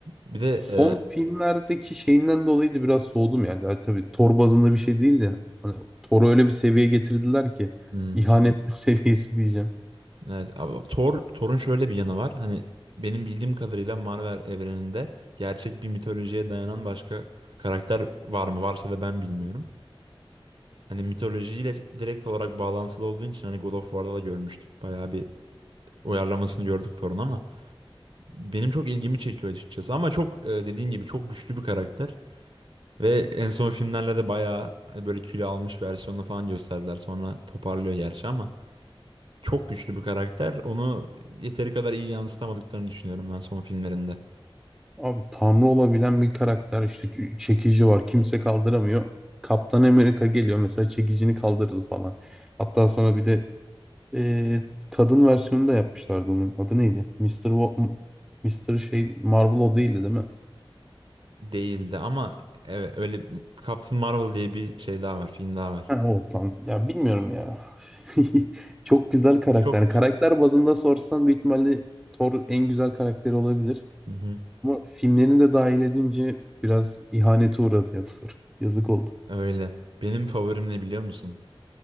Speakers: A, on the right; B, in the centre.
A: Bir de
B: Son
A: e,
B: filmlerdeki şeyinden dolayı da biraz soğudum yani. Yani tabii Thor bazında bir şey değil de hani Thor'u öyle bir seviyeye getirdiler ki
A: hı.
B: ihanet <laughs> seviyesi diyeceğim.
A: Evet. Abi, Thor, Thor'un şöyle bir yanı var. Hani benim bildiğim kadarıyla Marvel evreninde gerçek bir mitolojiye dayanan başka karakter var mı? Varsa da ben bilmiyorum. hani mitolojiyle direkt olarak bağlantılı olduğu için hani God of War'da da görmüştük. Bayağı bir uyarlamasını gördük Thor'un ama benim çok ilgimi çekiyor açıkçası. Ama çok e, dediğin gibi çok güçlü bir karakter. Ve en son filmlerle de bayağı hani böyle kilo almış versiyonunu falan gösterdiler. Sonra toparlıyor gerçi ama çok güçlü bir karakter. Onu yeteri kadar iyi yansıtamadıklarını düşünüyorum ben son filmlerinde.
B: Abi tanrı olabilen bir karakter işte ç- çekici var kimse kaldıramıyor. Kaptan Amerika geliyor mesela çekicini kaldırdı falan. Hatta sonra bir de eee, kadın versiyonu da yapmışlardı onun. Adı neydi? Mister Wo- Mr. şey Marvel o değildi değil mi?
A: Değildi ama evet öyle Captain Marvel diye bir şey daha var, film daha var.
B: Ha, o tam. Ya bilmiyorum ya. <laughs> Çok güzel karakter.
A: Çok
B: Yani Karakter bazında sorsan büyük ihtimalle Thor en güzel karakteri olabilir.
A: Hı hı,
B: Ama filmlerini de dahil edince biraz ihanete uğradı ya Thor. Yazık oldu.
A: öyle. Benim favorim ne biliyor musun?